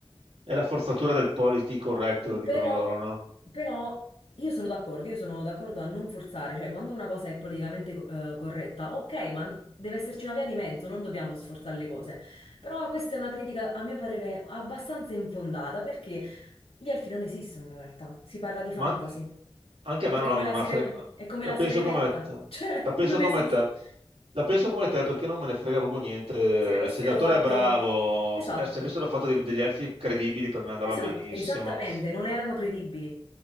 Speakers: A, on the right; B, on the left.
A: È la forzatura del politically corretto,
B: Mm,
A: dicono
B: Però,
A: loro, no?
B: però io sono d'accordo, io sono d'accordo a non forzare, cioè quando una cosa è politicamente co- eh, corretta, ok, ma deve esserci una via di mezzo, non dobbiamo sforzare le cose. Però questa è una critica, a mio parere, abbastanza infondata, perché gli elfi non esistono in realtà, si parla di fantasy.
A: Ma anche- Anche a
B: È
A: me non,
B: come la
A: non
B: sirene-
A: ha fregato.
B: è come
A: La
B: la
A: penso
B: sirenetta,
A: come te.
B: <laughs> cioè
A: La penso
B: non
A: come
B: esiste.
A: te. La penso come te perché non me ne frega proprio niente.
B: Se avessero
A: Se l'attore
B: fatto...
A: è bravo,
B: Esatto,
A: se, eh, se avessero fatto dei- degli elfi credibili per me andava
B: esatto,
A: benissimo.
B: esattamente, non erano credibili,